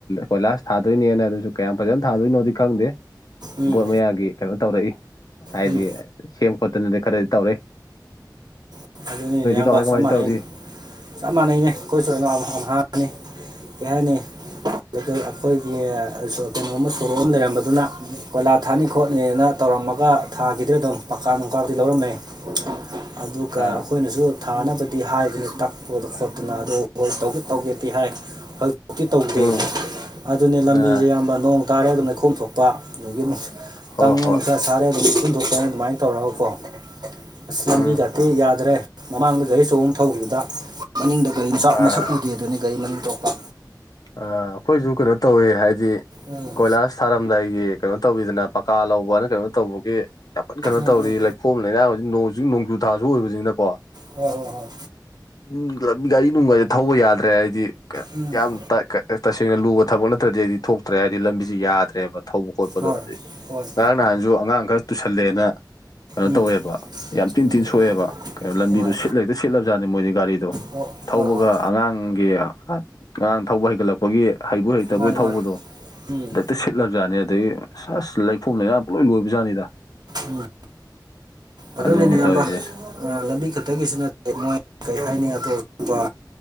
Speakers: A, on the left; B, on the right.
A: ꯀꯣꯏꯂꯥꯁ ꯊꯥꯗꯣꯏꯅꯦꯅ ꯑꯗꯨꯁꯨ ꯀꯌꯥꯝ ꯐꯖꯅ ꯊꯥꯗꯣꯏꯅꯣꯗꯤ ꯈꯪꯗꯦ
B: ꯎꯝ
A: ꯕꯣꯠ ꯃꯌꯥꯒꯤ ꯀꯩꯅꯣ ꯇꯧꯔꯛꯏ ꯍꯥꯏꯗꯤ
B: ꯎꯝ
A: ꯁꯦꯝ ꯈꯣꯠꯇꯅꯗꯤ ꯈꯔꯗꯤ ꯇꯧꯔꯛꯏ
B: ꯎꯝ ꯑꯌꯥꯝꯕ
A: ꯀꯃꯥꯏ
B: ꯆꯞ
A: ꯀꯃꯥꯏꯅ
B: ꯃꯥꯟꯅꯩꯅꯤ
A: ꯇꯧꯔꯤ
B: ꯆꯞ ꯃꯥꯟꯅꯩꯅꯦ ꯑꯩꯈꯣꯏꯁꯨ ꯍ ꯍꯥꯡꯉꯅꯤ ꯌꯥꯅꯦ ꯑꯩꯈꯣꯏꯒꯤ ꯀꯩꯅꯣꯝꯃ ꯁꯣꯔꯣꯛ ꯑꯃ ꯂꯩꯔꯝꯕꯗꯨꯅ ꯀꯣꯏꯂꯥ ꯊꯥꯅꯤ ꯈꯣꯠꯅꯤꯅ ꯇꯧꯔꯝꯃꯒ ꯊꯥꯒꯤꯗ ꯑꯗꯨꯝ ꯄꯀꯥ ꯅꯨꯡꯀꯥꯗꯤ ꯂꯧꯔꯝꯃꯦ ꯑꯗꯨꯒ
A: ꯑꯥ
B: ꯑꯩꯈꯣꯏꯅꯁꯨ ꯊꯥꯅꯕꯗꯤ ꯍꯥꯏꯕꯅꯤ ꯇꯛꯄꯗ ꯈꯣꯠꯇꯅ ꯑꯗꯨꯗ ꯍꯣꯏ ꯇꯧꯒꯦ ꯇꯧꯒꯦꯗꯤ ꯍꯥꯏ ꯍꯣꯏ ꯛꯇꯤ ꯇꯧꯗꯦ
A: ꯎꯝ
B: ꯑꯗꯨꯅꯤ ꯂꯝꯕꯤꯁꯦ
A: ꯑꯥ
B: ꯌꯥꯝꯌꯥꯝꯕ ꯅꯣꯡ ꯇꯥꯔꯦ ꯑꯗꯨꯝ ꯂꯩꯈꯣꯝ ꯊꯣꯛꯄ ꯑꯗꯨꯗꯒꯤ
A: ꯍꯣꯏ
B: ꯇꯪꯉꯦꯅ
A: ꯍꯣꯏ
B: ꯎꯆ ꯁꯔꯦꯗ ꯄꯨꯨꯟꯗꯣꯛꯄꯅ ꯑꯗꯨꯃꯥꯏꯅ ꯇꯧꯔꯒꯀꯣ ꯑꯁ ꯂꯝꯕꯤ
A: ꯎꯝ
B: ꯈꯇꯦ ꯌꯥꯗ꯭ꯔꯦ ꯃꯃꯥꯡꯗ ꯒꯥꯔꯤ ꯆꯍꯣꯡ ꯊꯧꯈꯤꯕꯗ ꯃꯅꯤꯡꯗ ꯒꯥꯔꯤꯥꯛ
A: ꯑ
B: ꯃꯁꯛ ꯎꯗꯦ ꯑꯗꯨꯅ ꯒꯥꯔꯤ ꯃꯔꯤ ꯇꯄ
A: ꯑ ꯑꯩꯈꯣꯏꯁꯨ ꯀꯩꯅꯣ ꯇꯧꯋꯦ ꯍꯥꯏꯗꯤ
B: ꯎꯝ
A: ꯀꯣꯏꯂꯥꯁ ꯊꯥꯔꯝꯗꯥ ꯑꯩꯒꯤ ꯀꯩꯅꯣ ꯇꯧꯕꯤꯗꯅ ꯄꯀꯥ ꯂꯧꯕꯅ ꯀꯩꯅꯣ ꯇꯧꯕꯒꯤ ꯌꯥꯝꯐꯠ ꯀꯩꯅꯣ
B: ꯎꯝ
A: ꯇꯧꯔꯤ
B: ꯎꯝ
A: ꯈꯣꯝ ꯂꯩꯔꯥꯡꯕꯁꯤ ꯅꯣꯡꯛ ꯅꯣꯡꯖꯨ ꯊꯥꯁꯨ ꯑꯣꯏꯕꯅꯤꯅꯀꯣ
B: ꯍꯣꯏ ꯍꯣꯏ ꯍꯣꯏ
A: ꯎꯝ ꯒꯥꯔꯤ ꯅꯨꯡꯒꯥꯁꯦ ꯊꯧꯕ ꯌꯥꯗ꯭ꯔꯦ ꯍꯥꯏꯗꯤ
B: ꯎꯝ
A: ꯌꯥꯝ ꯇꯁꯦꯡꯅ ꯂꯨꯕ ꯊꯛꯄ ꯅꯠꯇ꯭ꯔꯗꯤ ꯑꯩꯗꯤ ꯊꯣꯛꯇ꯭ꯔꯦ ꯍꯥꯏꯗꯤ ꯂꯝꯕꯤꯁꯤ ꯌꯥꯗ꯭ꯔꯦꯕ ꯊꯧꯕ ꯈꯣꯠꯄꯗꯣ
B: ꯍꯣꯏ
A: ꯍꯥꯏꯗꯤ
B: ꯍꯣꯏ
A: ꯉꯔꯥꯡ ꯅꯍꯥꯟꯁꯨ ꯑꯉꯥꯡ ꯈꯔ ꯇꯨꯁꯜꯂꯦꯅ ꯀꯩꯅꯣ
B: ꯎꯝ ꯍꯣꯏ ꯍꯣꯏ ꯎꯝ
A: ꯇꯧꯋꯦꯕ ꯌꯥꯝ ꯇꯤꯟ
B: ꯎꯝ
A: ꯇꯤꯟ ꯁꯣꯛꯑꯦꯕ ꯀꯩꯅꯣ ꯂꯝꯕꯤꯗꯣ
B: ꯍꯣꯏ
A: ꯁꯤꯠꯂꯦꯛꯇ ꯁꯤꯠꯂꯕꯖꯥꯠꯅꯤ ꯃꯣꯏꯗꯤ ꯒꯥꯔꯤꯗꯣ
B: ꯍꯣꯏ
A: ꯊꯧꯕꯒ
B: ꯍꯣꯏ ꯍꯣꯏ
A: ꯑꯉꯥꯡꯒꯤ ꯑꯉꯥꯡ ꯊꯧꯕ ꯍꯩꯒꯠꯂꯛꯄꯒꯤ ꯍꯩꯕꯨ ꯍꯩꯇꯕꯒꯤ
B: ꯃꯥꯅꯤ
A: ꯊꯧꯕꯗꯣ
B: ꯃꯥꯅꯤ ꯎꯝ
A: ꯍꯦꯛꯇ ꯁꯤꯠꯂꯕꯖꯥꯠꯅꯦ ꯑꯗꯒꯤ ꯑꯁ ꯂꯩꯐꯝꯣꯝ ꯂꯩꯅꯥ ꯄꯨꯂꯣꯏ ꯂꯣꯏꯕꯖꯠꯅꯤꯗ
B: ꯎꯝ ꯑꯗꯨꯅꯦꯅꯦ
A: ꯑꯗꯨꯅꯤ
B: ꯑꯝꯕ
A: ꯇꯧꯔꯤꯁꯦ
B: ꯂꯝꯕꯤ ꯈ ꯑ ꯗꯒꯤꯁꯨ ꯅꯠꯇꯦ ꯃꯣꯏ ꯀꯔꯤ ꯍꯥꯏꯅꯤꯉ ꯑꯇꯣꯞ ꯑꯇꯞꯄ